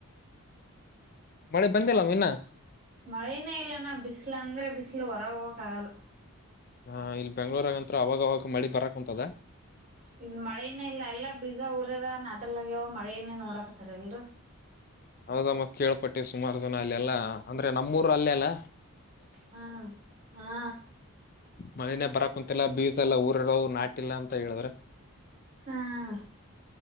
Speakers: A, on the left; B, on the right.
A: ಮಳೆ ಬಂದಿಲ್ಲವನ್ನ
B: ಮಳೆನೇ ಇಲ್ಲನಾ ಬಿಸಲು ಅಂದ್ರೆ ಬಿಸಲು ಹೊರಗ ಹೋಗಕ್ ಆಗಲ್ಲ
A: ಹ ಇಲ್ಲಿ ಬೆಂಗ್ಳೂಳೂರಗಂತ್ರ ಅವಾಗ ಅವವಾಗ ಮಳಿ ಬರಕ್ ಕುಂಂತದ
B: ಇಲ್ ಮಳೆೆಯನೇ ಇಲ್ಲ ಎಲ್ಲಾ ಬೀಜ ಊರರ ನಾಟಲ್ಗ್ಯವ ಮಳೆನ್ನೇ ನೋಡಾಕತ್ತಾರ ಎಲ್ರು
A: ಹೌದಾ ಮತ್ ಕೇಳ್ಪಟ್ಟೆ ಸುಮಾರು ಜನ ಅಲ್ಲೆ ಎಲ್ಲಾ ಅಂದ್ರೆ ನಮ್ಮೂರ ಅಲ್ಲೆ ಅಲ್ಲ
B: ಹ್ಮ ಹಾ
A: ಮನನೆೇ ಬರಕ್ ಕುಂತಲ್ಲ ಬೀಸ ಎಲ್ಲ ಊರಡ ನಾಟಿಲ್ಲ ಅಂತ ಹೇಳಿದ್ರ
B: ಹ್ಮ